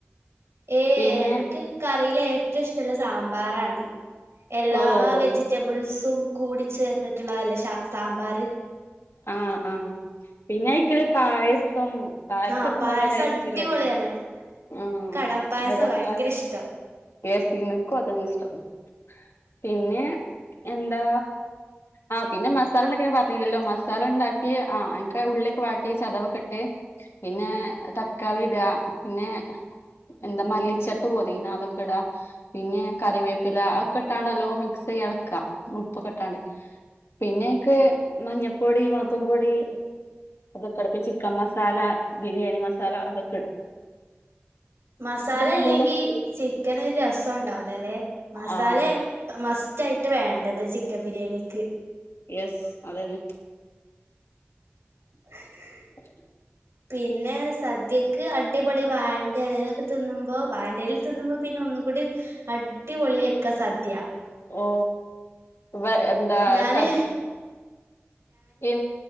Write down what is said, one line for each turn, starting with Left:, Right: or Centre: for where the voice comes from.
Right: ഈ
Left: പിന്നെ
Right: എൻക്ക് കറീല് ഏറ്റൊഷ്ടള്ളത് സാമ്പാറാണ് എല്ലാ
Left: ഓഹ്
Right: വെജി റ്റബിൾസും കൂടി ചേർന്നിട്ട്ള്ളതല്ലേ ഷ സാമ്പാറ്
Left: ആഹ് ആഹ് പിന്നയ്ക്ക്ള്ള പായസം പായസൊക്കെ
Right: ആ പായസം
Left: നല്ല ടേസ്റ്റ്ല്ലേ
Right: അടിപൊളിയാണ്
Left: ആഹ്
Right: കടപ്പായസം
Left: അടപ്പായസം
Right: ഭയങ്കര ഇഷ്ടം
Left: യേസ് ഇൻക്കും അതെന്നെഇഷ്ടം പിന്നെ എന്താ ആഹ് പിന്നെ മസാല ഇണ്ടാക്ക്ണ പർഞ്ഞില്ലല്ലോ മസ് സാല ണ്ടാക്കി ആ അയ്ക്കാ ഉള്ളിയൊക്കെ വാട്ടി ചതവൊക്കെട്ട് പിന്നെ തക്കാളിടാ പിന്നെ എന്താ മല്ലിച്ചെപ്പ് പൊതീന അതൊക്കെടാ പിന്നെ കറിവേപ്പില അഒക്കെ ഇട്ടാണ്ട് നല്ലോം മിക്സെയ്യെളക്കാ ഉപ്പൊക്കെ ഇട്ടാണ്ട് പിന്നയ്ക്ക് മഞ്ഞപ്പൊടി മൊൾകും പൊടി അതൊക്കെടും ചിക്കൻ മസാല ബിരിയാണി മസാല അതൊക്കെടും
Right: മസാല
Left: നല്ല
Right: ഇല്ലെങ്കി ചിക്കനൊരു രസണ്ടാവൂലലെ മസാലെ
Left: ആ
Right: മസ്റ്റായിട്ട് വേണ്ടത് ചിക്കൻ ബിരിയാണിക്ക്
Left: യെസ് അതെന്നെ
Right: <inaudible>
Left: <unintelligible>
Right: പിന്നെ സദ്യക്ക് അടിപൊളി വായന്റെലേലൊക്കെ തിന്നുമ്പോ വായന്റെല തിന്നുമ്പോ പിന്നെ ഒന്നുകൂടി അടിപൊളിയായിരിക്കാ സദ്യ
Left: ഓ വ എന്താ
Right: ഞാന്
Left: സ എ